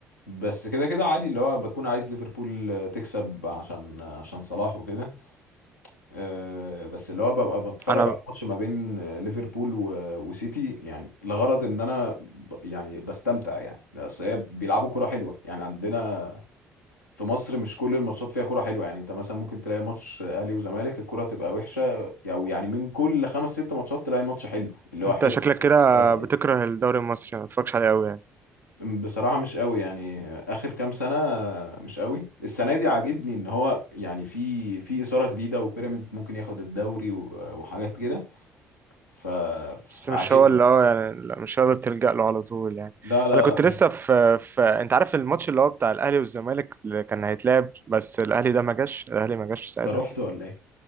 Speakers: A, on the left (about 85°); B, on the right (about 25°).
A: بس كده كده عادي اللي هو بكون عايز ليفربول آه، تكسب عشان آه، عشان صلاح وكده آه، بس اللي هو ببقى بتفرج
B: انا
A: على ماتش ما بين آه، ليفربول و- وسيتي يعني لغرض ان انا ب- يعني بستمتع يعني بس هي بيلعبوا كرة حلوة يعني عندنا في مصر مش كل الماتشات فيها كرة حلوة يعني انت مثلا ممكن تلاقي ماتش اهلي وزمالك الكرة تبقى وحشة او يعني من كل خمس ست ماتشات تلاقي ماتش حلو اللي هو
B: انت
A: حلو
B: شكلك كده
A: تتفرج عليه
B: بتكره الدوري المصري ما بتتفرجش عليه قوي يعني
A: بصراحة مش قوي يعني آخر كام سنة مش قوي السنة دي عاجبني إن هو يعني في في إثارة جديدة وبيراميدز ممكن ياخد الدوري و- وحاجات كده ف... فعاجبني
B: بس مش هو اللي هو يعني لا مش هو اللي بتلجأ له على طول يعني
A: لا لا
B: انا كنت
A: لا مش
B: لسه في, في انت عارف الماتش اللي هو بتاع الاهلي والزمالك اللي كان هيتلعب بس الاهلي ده ما جاش الاهلي ما جاش ساعتها
A: ده رحت ولا ايه